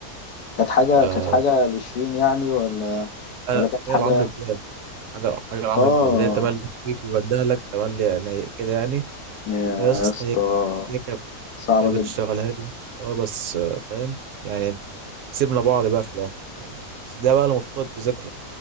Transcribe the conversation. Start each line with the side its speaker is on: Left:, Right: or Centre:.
Left: كانت حاجه
Right: آه
Left: كانت حاجه لشيرين يعني ولا
Right: لا
Left: ولا
Right: لا
Left: كانت حاجه
Right: هي لعمرو دياب حاجه حاجه لعمرو
Left: اه
Right: دياب اللي هي تملي فيك بدالك تملي يعني كده يعني
Left: يا
Right: يا اسطى
Left: اسطى
Right: هي هي كانت
Left: صعبه
Right: كانت
Left: جدا
Right: بتشغلها لي يا اسطى، اه بس آه، فاهم يعني سيبنا بعض بقى في الاخر يعني بس ده بقى اللي مرتبط بذكرى